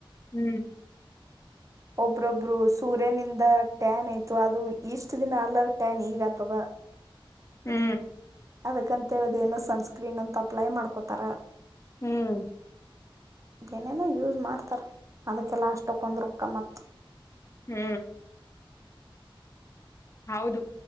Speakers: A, on the left; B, on the right.
A: ಹ
B: ಒಬ್ರೊಬ್ರು ಸೂರ್ಯನಿಂದ ಟ್ಯಾನ್ ಆಯ್ತು ಅದು ಇಷ್ಟ ದಿನ ಆಗ್ಲಾರ ಟ್ಯಾನ್ ಈಗ ಆತದ
A: ಹೂಂ
B: ಅದಕ್ಕಂತ ಹೇಳಿ ಏನೋ ಸನ್ಸ್ಕ್ರೀನ್ ಅಂತ ಅಪ್ಲೈ ಮಾಡ್ಕೋತಾರ
A: ಹುಂ
B: ಏನೇನೋ ಯೂಸ್ ಮಾಡ್ತಾರ ಅದಕ್ಕೆಲ್ಲ ಅಷ್ಟಕ್ಕೊಂದ ರೊಕ್ಕ್ ಮತ್ತ
A: ಹೂಂ ಹೌದು